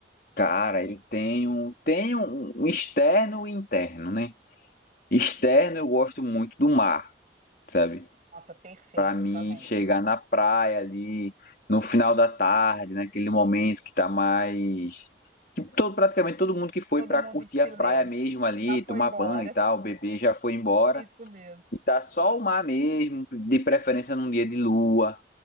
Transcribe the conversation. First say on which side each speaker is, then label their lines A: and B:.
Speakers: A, on the left; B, on the right.
A: cara, eu tenho tenho um externo e interno, né? Externo, eu gosto muito do mar. sabe?
B: Nossa, perfeito
A: Pra mim
B: também.
A: chegar na praia ali no final da tarde, naquele momento que tá mais que todo praticamente todo mundo que foi
B: Todo
A: pra
B: mundo
A: curtir
B: em silêncio.
A: a praia mesmo ali,
B: Já foi
A: tomar
B: embora.
A: banho e tal, o bebê já foi embora
B: Isso mesmo.
A: e tá só o mar mesmo, de preferência num dia de lua,